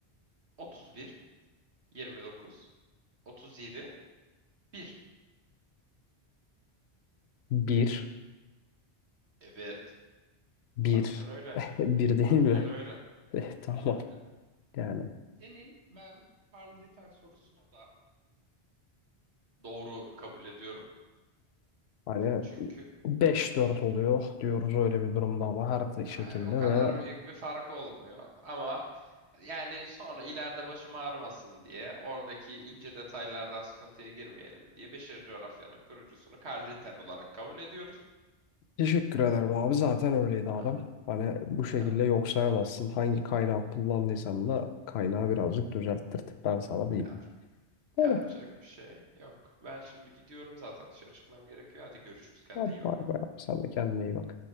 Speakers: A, on the right; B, on the left.
A: 31, 29, 37, 1.
B: Bir.
A: Evet.
B: Bir.
A: Aynen öyle.
B: <laughs> Bir değil
A: Aynen
B: mi?
A: öyle.
B: <laughs> Eh, Tamam.
A: Aynen öyle.
B: Yani
A: Senin ben paraliter sorusunu da doğru kabul ediyorum.
B: hani
A: Çünkü
B: beş dört oluyor diyoruz öyle bir durumda ama her te- şekilde
A: e, o kadar
B: ve
A: büyük bir fark olmuyor. Ama yani sonra ileride başım ağrımasın diye oradaki ince detaylardan sıkıntıya girmeyelim diye Beşeri Coğrafya'nın kurucusunu Karl Ritter olarak kabul ediyoruz.
B: teşekkür ederim abi. Zaten öyleydi adam.
A: Ha?
B: Hani bu şekilde
A: Tamam.
B: yok sayamazsın. Hangi kaynağı kullandıysan da kaynağı birazcık düzelttirdik. Ben sana diyeyim.
A: Yap-
B: Öyle.
A: yapacak bir şey yok. Ben şimdi gidiyorum zaten dışarı çıkmam gerekiyor. Hadi görüşürüz. Kendine
B: Hadi
A: iyi bak.
B: bay bay abi. Sen de kendine iyi bak.